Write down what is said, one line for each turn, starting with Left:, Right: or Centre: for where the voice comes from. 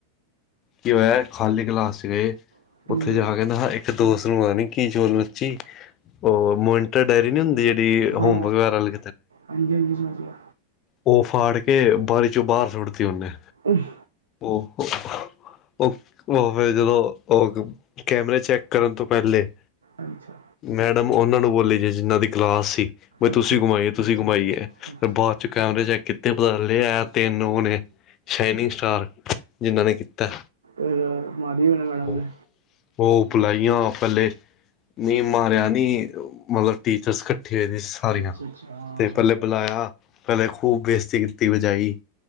Left: ਕੀ ਹੋਇਆ ਖਾਲੀ ਕਲਾਸ ਚ ਗਏ
Right: ਹੂੰ
Left: ਉੱਥੇ ਜਾ ਕੇ ਨ ਇੱਕ ਦੋਸਤ ਨੂੰ ਪਤਾ ਨੀ ਕੀ ਚੋਲ ਮੱਚੀ ਉਹ ਮੋਇੰਟਰ ਡਾਇਰੀ ਨੀ ਹੁੰਦੀ ਜਿਹੜੀ
Right: ਹਾਂ
Left: ਹੋਮ ਵਗੈਰਾ ਲਈ
Right: ਹਾਂਜੀ <unintelligible>
Left: ਉਹ ਫਾੜ ਕੇ ਬਾਰੀ ਚੋਂ ਬਾਹਰ ਸੁੱਟਤੀ ਉਹਨੇ
Right: ਅਮ <unintelligible>
Left: ੋ <inaudible> ਓਹ ਫੇਰ ਜਦੋਂ ਕੈਮਰੇ ਚੈੱਕ ਕਰਨ ਤੋਂ ਪਹਿਲੇ
Right: ਅੱਛਾ
Left: ਮੈਡਮ ਉਹਨਾਂ ਨੂੰ ਬੋਲੇ ਜੇ ਜਿਨਾਂ ਦੀ ਕਲਾਸ ਸੀ ਬ
Right: ਅੱਛਾ
Left: ਤੁਸੀਂ
Right: ਅੱਛਾ
Left: ਗੁਮਾਈ ਏ ਤੁਸੀਂ ਗੁਮਾਈਏ ਫ
Right: ਅੱਛਾ
Left: ਬਾਅਦ ਚੋਂ ਕੈਮਰੇ ਚੈੱਕ ਕੀਤੇ ਪਤਾ ਚ ਲਿਆ ਤਿੰਨ ਉਹ ਨੇ ਸ਼ਾਈਨਿੰਗ ਸਟਾਰ ਜਿੰਨਾਂ ਨੇ ਕੀਤਾ
Right: ਅ ਮਾਰੀ ਹੋਣੀ ਮੈਡਮ
Left: ਉਹ
Right: ਨੇ
Left: ਉਹ ਬੁਲਾਈਆਂ ਪਹਿਲੇ ਨੀ ਮਾਰਿਆ ਨੀ ਮਤਲਬ ਟੀਚਰਸ ਪੁਠੀਈ ਸੀ ਸਾਰੀਆਂ
Right: ਅੱਛਾ ਅੱਛਾ ਹਾਂ
Left: ਤੇ ਪਹਿਲੇ ਬੁਲਾਇਆ ਪਹਿਲੇ ਖੂਬ ਬੇਸਤੀ ਕੀਤੀ ਦੀ ਬਜਾਈ